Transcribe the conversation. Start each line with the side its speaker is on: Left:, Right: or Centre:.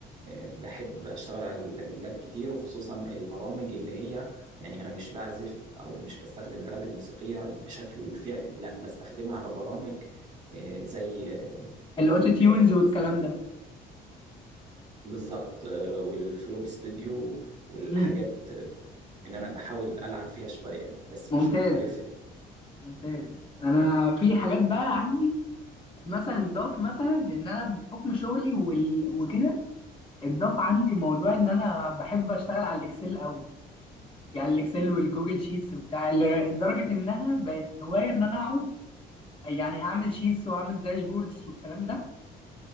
Right: آه، بحب أشتغل على اللاب كتير وخصوصا البرامج اللي هي يعني أنا مش بعزف أو مش بستخدم الآلات الموسيقية بشكل فعلي لا بستخدمها على برامج آه، زي آه،
Left: الاوتو تيونز
Right: آه،
Left: والكلام ده
Right: بالظبط آه، والفلوب ستوديو والحاجات
Left: مم.
Right: آه، إن أنا بحاول ألعب فيها شوية يعني بس
Left: ممتاز
Right: مش محترف
Left: ممتاز انا في حاجات بقى عندي مثلا اتضاف مثلا ان انا بحكم شغلي وال... وكده اتضاف عندي موضوع ان انا بحب اشتغل على الاكسل قوي يعني الاكسل والجوجل شيتس وبتاع ل- لدرجه انها بقت هوايه ان انا اقعد يعني اعمل شيتس واعمل داشبوردز والكلام ده